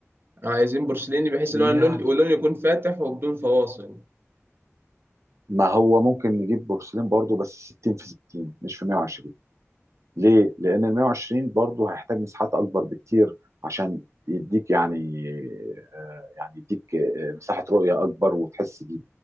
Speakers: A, on the right (about 45°); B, on the right (about 75°).
A: عايزين بورسليني بحيث
B: يعني
A: إن هو اللون واللون يكون فاتح وبدون فواصل
B: ما هو ممكن نجيب بورسلين برضو بس 60 في 60 مش في 120 ليه؟ لأن ال 120 برضه هيحتاج مساحات أكبر بكتير عشان يديك يعني آه، يعني يديك آه، مساحة رؤية أكبر وتحس بيه.